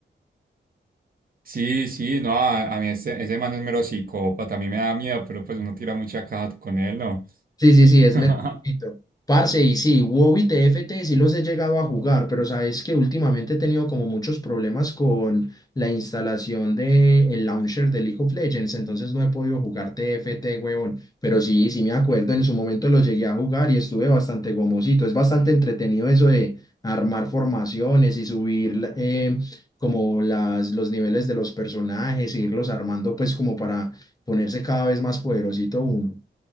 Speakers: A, on the right; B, on the left.
A: Sí, sí, no, a, a mí ese, ese man es mero psicópata, a mí me da miedo, pero pues uno tira mucha caja con él, ¿no?
B: Sí, sí, sí, es
A: <laughs>
B: metalcito. Parce, y sí, WoW y T F T sí los he llegado a jugar, pero sabes que últimamente he tenido como muchos problemas con la instalación del launcher de League of Legends, entonces no he podido jugar T F T huevón. Pero sí, sí me acuerdo, en su momento lo llegué a jugar y estuve bastante gomosito. Es bastante entretenido eso de armar formaciones y subir la- eh, como las, los niveles de los personajes e irlos armando pues como para ponerse cada vez más poderosito uno.